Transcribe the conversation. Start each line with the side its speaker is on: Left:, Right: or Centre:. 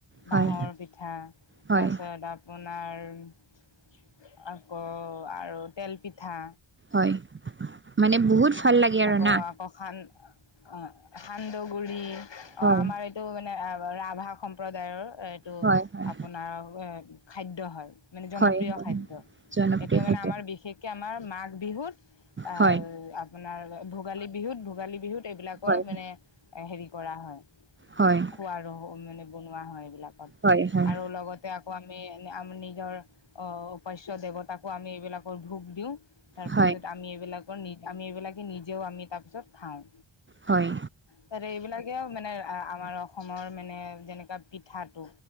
Right: হয়
Left: বাঁহৰ পিঠা
Right: হয়
Left: তাৰ পিছত আপোনা আপোনাৰ আকৌ আৰু তেল পিঠা
Right: হয় মানে বহুত ভাল লাগে আৰু
Left: আকৌ-আকৌ
Right: না
Left: খান অ' খান্দ গুড়ি অ'
Right: হয়
Left: আমাৰ এইটো মানে ৰাভা সম্প্ৰদায়ৰ এইটো
Right: হয় হয়
Left: আপোনাৰ খাদ্য হয়। মানে জনপ্ৰিয়
Right: হয় হয়
Left: খাদ্য,
Right: জনপ্ৰিয়
Left: এইটো মানে
Right: খাদ্য
Left: আমাৰ বিশেষ আমাৰ মাঘ বিহুত আঅঅ
Right: হয়
Left: আপোনাৰ ভোগালী বিহুত ভোগালী বিহুত এইবিলাকৰ
Right: হয়
Left: মানে হেৰি কৰা হয়
Right: হয়
Left: খোৱাৰো মানে বনোৱা হয় এইবিলাক
Right: হয় হয়
Left: আৰু লগতে আপ তো আমি আমি নিজৰ অ উপাস্য দেৱতাকো আমি এইবিলাকৰ ভোক দিও তাৰপিছত
Right: হয়
Left: আমি এইবিলাকৰ নি আমি এইবিলাকে নিজেও আমি তাৰপিছত খাওঁ
Right: হয়
Left: ত এইবিলাকেও মানে আ আমাৰ অসমৰ মানে যেনেকা পিঠাটো